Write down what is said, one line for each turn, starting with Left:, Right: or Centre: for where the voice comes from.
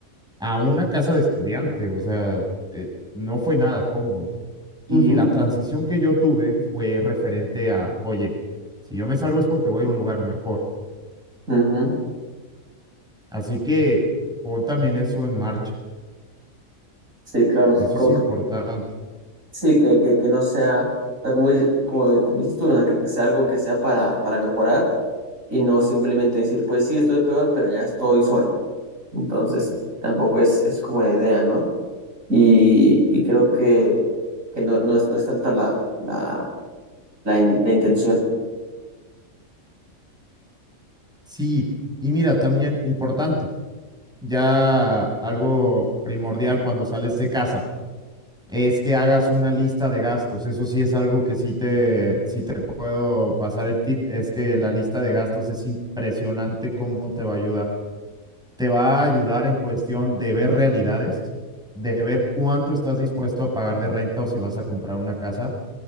Centre: a una casa de estudiante, o sea, eh, no fue nada cómodo. Y
Right: Ujú,
Centre: la transición que yo tuve fue referente a, oye, si yo me salgo es porque voy a un lugar mejor.
Right: ujú.
Centre: Así que pon también eso en marcha.
Right: Sí, claro, sí,
Centre: Eso
Right: como
Centre: es importante.
Right: que Sí, que, que, que no sea, o sea, como, dices- como, como dices tú, ¿no? O sea, que, que sea algo que sea para, para mejorar y no simplemente decir, pues sí, estoy peor, pero ya estoy solo. Entonces, tampoco es, es como la idea, ¿no? Y, y creo que, que no, no es, no es tanto la, la, la, in- la intención.
Centre: Sí, y mira, también importante, ya algo primordial cuando sales de casa es que hagas una lista de gastos. Eso sí es algo que sí te, sí te puedo pasar el tip, es que la lista de gastos es impresionante cómo te va a ayudar. te va a ayudar en cuestión de ver realidades, de ver cuánto estás dispuesto a pagar de renta o si vas a comprar una casa.